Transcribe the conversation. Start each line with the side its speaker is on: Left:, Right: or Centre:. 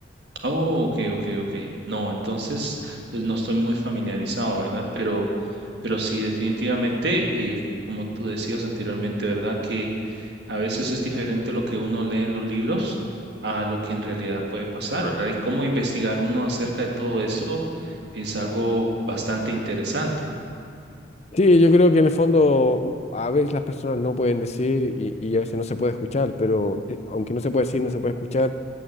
Right: Oh, ok, ok, ok. No, entonces, entonces no estoy muy familiarizado, ¿verdad? Pero, pero sí, definitivamente, eh, como tú decías anteriormente, ¿verdad? Que a veces es diferente lo que uno lee en los libros a lo que en realidad puede pasar, ¿verdad? Y cómo investigar uno acerca de todo eso es algo bastante interesante.
Left: Sí, yo creo que en el fondo a veces las personas no pueden decir y, y a veces no se puede escuchar, pero eh, aunque no se puede decir, no se puede escuchar,